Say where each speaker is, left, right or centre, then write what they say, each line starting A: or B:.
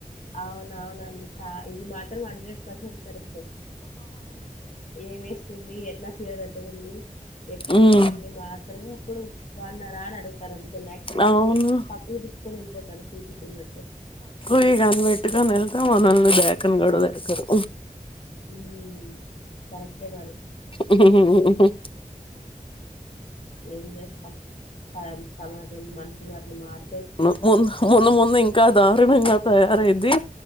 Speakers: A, on the left (about 60°); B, on the left (about 35°).
A: అవునవునండి చ ఇది మాత్రం హండ్రెడ్ పర్సెంట్ కరెక్టే ఏం వేసుకుంది ఎట్లా చీర కట్టుకుంది ఎట్లుంది
B: ఉమ్
A: అన్ని మాత్రమే అప్పుడు బాగున్నారా అని అడుగుతారు అంతే లేకపోతే
B: అవును
A: పక్కకి తిప్పుకొని వెల్లిపోతారు చూసి చూడనట్టు
B: కని పెట్టుకొని వెళ్కా మనళ్ళ దాకని గుడ దేకారు
A: ఉమ్ కరెక్టే మరి
B: హా హా
A: ఏం చేస్తాం సమాజం మనిషి అట్ల మారి
B: మున్ మున్న ముందు ముందూ ఇంకా దారుణంగా తయారైది